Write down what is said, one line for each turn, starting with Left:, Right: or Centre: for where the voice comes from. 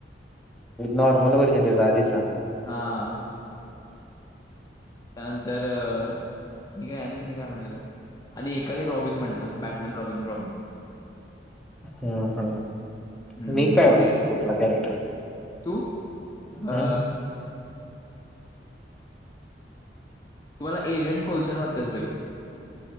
Centre: नॉर्मल वरजन त्याचा आधीचा
Left: हा त्यानंतर आणि काय आणि कुनी काय म्हणलेलं आणि एकाने रॉबिन म्हटलं बॅटमॅन रॉबिन रॉब
Centre: हम् हम
Left: हम्म
Centre: मी काय
Left: अरे
Centre: वाटते कुठला कॅरेक्टर
Left: तू अ
Centre: हम्म
Left: तुम्हाला एजंट कोलसर वाटतेस भाई